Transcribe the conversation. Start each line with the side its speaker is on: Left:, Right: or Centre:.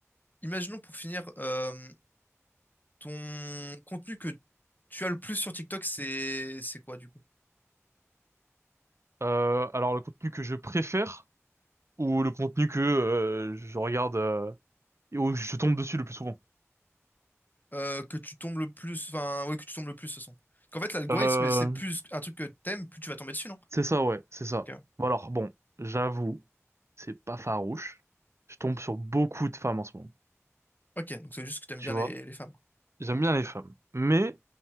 Left: imaginons pour finir, euh, ton contenu que tu as le plus sur TikTok, c'est c'est quoi du coup?
Right: Euh, alors le contenu que je préfère ou le contenu que euh, je regarde euh, et où je tombe dessus le plus souvent?
Left: Euh, que tu tombes le plus, enfin ouais, que tu tombes le plus, ce sont. Qu'en fait, l'algorithme,
Right: Euh,
Left: c'est plus un truc que t'aimes, plus tu vas tomber dessus, non?
Right: c'est ça, ouais, c'est ça.
Left: Ok.
Right: Bon, alors bon, j'avoue, c'est pas farouche. Je tombe sur beaucoup de femmes en ce moment.
Left: Ok, donc c'est juste que t'aimes
Right: Tu
Left: bien
Right: vois,
Left: les, les femmes. quoi.
Right: j'aime bien les femmes, mais